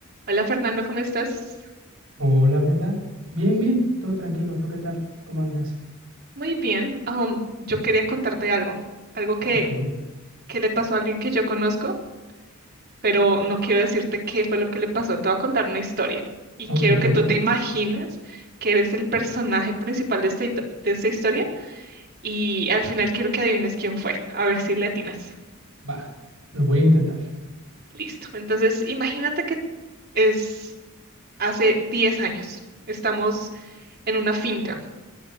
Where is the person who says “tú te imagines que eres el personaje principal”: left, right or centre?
Right